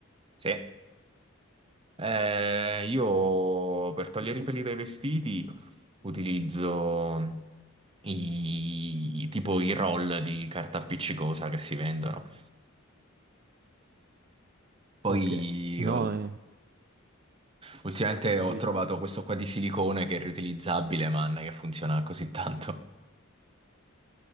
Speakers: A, on the right; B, on the right.
A: Sì. Eh, io per togliere i peli dai vestiti utilizzo i, tipo i roll di carta appiccicosa che si vendono. Poi
B: Ok, no,
A: ho-
B: eh.
A: ultimamente
B: Sì,
A: ho
B: sì.
A: trovato questo qua di silicone che è riutilizzabile, man, che funziona così tanto.